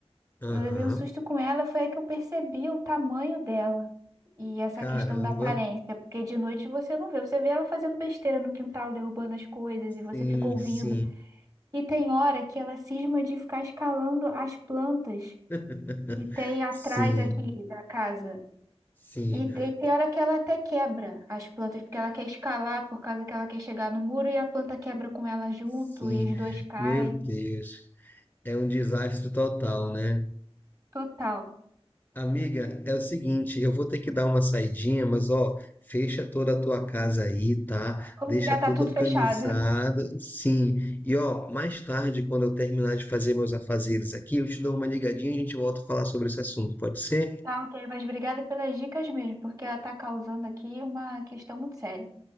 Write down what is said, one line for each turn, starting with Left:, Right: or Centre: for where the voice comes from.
Left: Aham.
Right: Eu levei um susto com ela, foi aí que eu percebi o tamanho dela. E essa
Left: Caramba.
Right: questão da aparência, porque de noite você não vê, você vê ela fazendo besteira no quintal, derrubando as coisas, e você
Left: Sim,
Right: fica ouvindo.
Left: sim.
Right: E tem hora que ela cisma de ficar escalando as plantas
Left: <laughs>
Right: que tem atrás
Left: Sim,
Right: aqui da casa.
Left: sim,
Right: E tem, tem hora que ela até quebra as plantas, porque ela quer escalar por causa que ela quer chegar no muro e a planta quebra com ela junto
Left: sim.
Right: e os dois caem.
Left: Meu Deus. É um desastre total, né?
Right: Total.
Left: Amiga, é o seguinte, eu vou ter que dar uma saidinha, mas ó, fecha toda a tua casa aí, tá?
Right: Como
Left: Deixa
Right: que já tá
Left: tudo
Right: tudo
Left: organizado.
Right: fechado.
Left: Sim. E ó, mais tarde, quando eu terminar de fazer meus afazeres aqui, eu te dou uma ligadinha e a gente volta a falar sobre esse assunto, pode ser?
Right: Tá ok, mas obrigada pelas dicas mesmo, porque ela tá causando aqui uma questão muito séria.